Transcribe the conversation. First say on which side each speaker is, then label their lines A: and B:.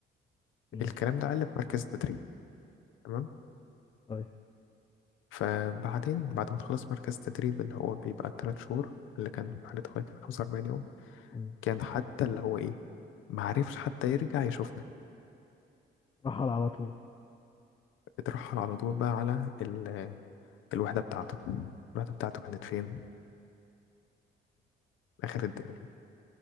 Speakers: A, on the left; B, on the left.
A: امم
B: الكلام ده قال في مركز التدريب تمام
A: طيب
B: فبعدين بعد ما تخلص مركز التدريب اللي هو بيبقى التلات شهور اللي كان في حالة أخويا كان خمسة وأربعين يوم
A: مم.
B: كان حتى اللي هو إيه معرفش حتى يرجع يشوفنا
A: رحل على طول
B: بترحل على طول بقى على ال... الوحدة بتاعته الوحدة بتاعته كانت فين؟ آخر الدنيا